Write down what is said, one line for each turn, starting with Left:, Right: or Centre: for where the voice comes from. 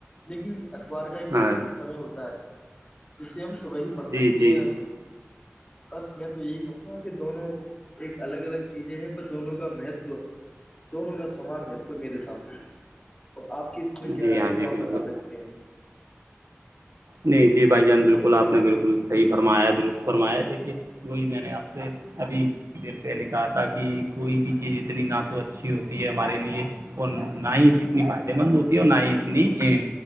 Left: لیکن اخبار کا
Right: ہیں
Left: ایک
Right: ہاں
Left: فکس سمے ہوتا ہے جیسے ہم تو وہی پڑھ سکتے
Right: جی جی
Left: ہیں
Right: جی
Left: بس میں تو یہی کہوں گا کہ دونوں ایک الگ الگ چیزیں ہیں پر دونوں کا مہتو دونوں کا سمان میں توو میرے حساب سے آپ کی اس میں کیا
Right: جی
Left: رائے
Right: ہاں
Left: ہے
Right: جی
Left: وہ آپ
Right: بالکل
Left: بتا سکتے ہیں <inaudible>
Right: نہیں جی بھائی جان بالکل آپ نے بالکل صحیح فرمایا ہے درست فرمایا دیکھیے وہی میں نے آپ سے ابھی دیر پہلے کہا تھا کہ کوئی بھی چیز اتنی نہ تو اچھی ہوتی ہے ہمارے لیے اور نہ ہی اتنی فائدے مند ہوتی ہے اور نہ ہی اتنی